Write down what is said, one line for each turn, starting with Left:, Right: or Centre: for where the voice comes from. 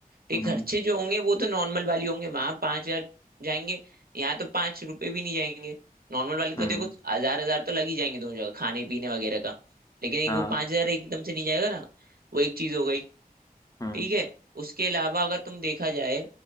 Right: ये
Left: हम्म
Right: खर्चे जो होंगे वो तो नॉर्मल वाली होंगे वहां पांच हजार जाएंगे यहाँ तो पांच रुपए भी नहीं जाएंगे नॉर्मल वाले तो
Left: हम्म
Right: देखो हजार हजार तो लग ही जाएंगे दोनों जगह खाने पीने वगैरह का लेकिन एक
Left: हाँ
Right: वो पांच हजार एकदम से नहीं जाएगा ना वो एक चीज हो गई
Left: हम्म
Right: ठीक है उसके अलावा अगर तुम देखा जाए